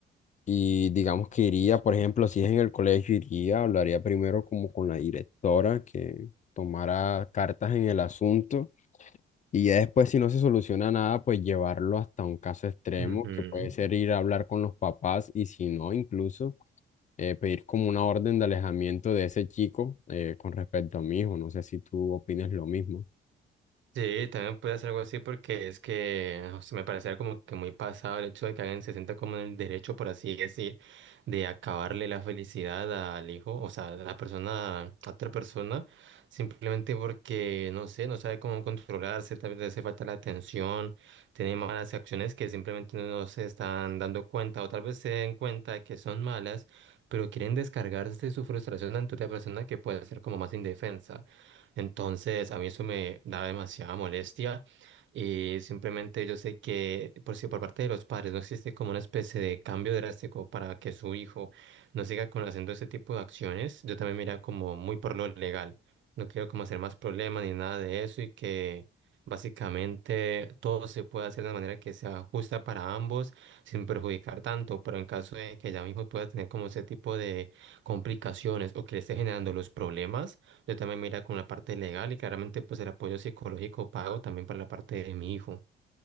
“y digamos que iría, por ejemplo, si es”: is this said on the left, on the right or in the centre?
Left